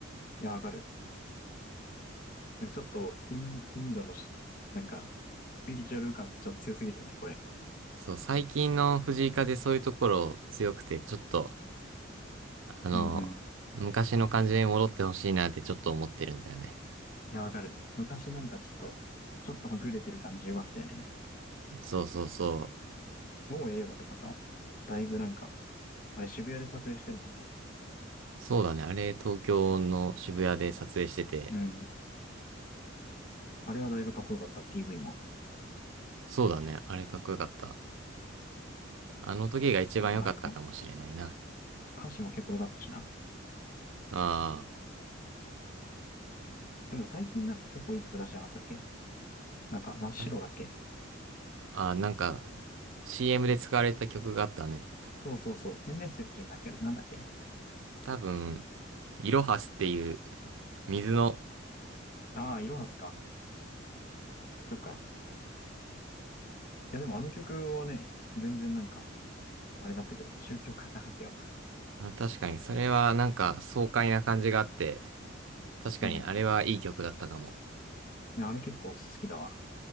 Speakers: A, on the left (about 45°); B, on the right (about 75°).
A: いや、わかる。なんかちょっとイン、インドのし、なんか、スピリチュアル感ちょっと強すぎるよね、これ。
B: そう、最近の藤井風そういうところ強くてちょっと、あの、
A: うんうん。
B: 昔の感じに戻ってほしいなってちょっと思ってるんだよね。
A: いや、わかる。昔なんかちょっと、ちょっとはぐれてる感じよかったよね。
B: そうそうそう。
A: もうええわとかさ、だいぶなんか、あれ渋谷で撮影してるもんね。
B: そうだね。あれ、東京の渋谷で撮影してて、
A: うん。あれはだいぶかっこよかった、PV も。
B: そうだね。あれかっこよかった。あの時が一番良かったかもしれないな。
A: あとなんか、歌詞も結構よかったしな。
B: あ
A: でも最近なんか結構いい曲出してなかったっけなんか真っ白だっけ
B: あ。はい。あー、なんか、CM で使われた曲があったね。
A: そうそうそう、天然水の c ムだっけあれなんだっけ
B: 多分、イロハスっていう水の、
A: ああー、いろはすか。そっか。いや、でもあの曲はね、全然なんか、あれだったけど、宗教感なかったよ。
B: あ、確かにそれはなんか爽快な感じがあって、確かにあれはいい曲だったかも。
A: うん。ねあれ結構好きだわ。